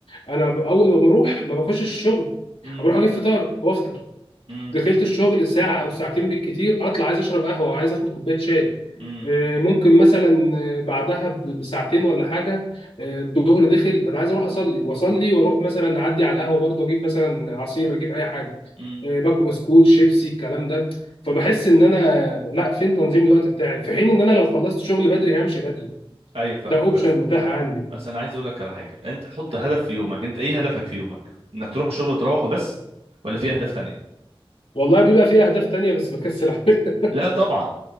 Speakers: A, on the left; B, on the right.
A: انا ب- اول ما بروح ما بخش الشغل
B: امم
A: بروح اجيب فطار وافطر
B: امم
A: دخلت الشغل ساعة أو ساعتين بالكتير أطلع عايز أشرب قهوة أو عايز آخد كوباية شاي
B: امم
A: آه، ممكن مثلا آه، بعدها ب- بساعتين ولا حاجة آه، الظهر دخل أنا عايز أروح أصلي وأصلي وأروح مثلا أعدي على القهوة برضه أجيب مثلا عصير أجيب أي حاجة
B: أمم.
A: آه، باكو بسكوت شيبسي الكلام ده فبحس إن أنا لا فين تنظيم الوقت بتاعي في حين
B: أح-
A: إن أنا لو خلصت شغل بدري همشي بدري
B: ايوه فاهمك
A: ده أوبشن
B: بس
A: متاح عندي
B: بس انا عايز اقول لك على حاجه انت حط هدف في يومك انت ايه هدفك في يومك انك تروح الشغل وتروح وبس ولا في اهداف تانية
A: والله بيبقى فيه أهداف تانية بس بكسل أعملها
B: لا طبعا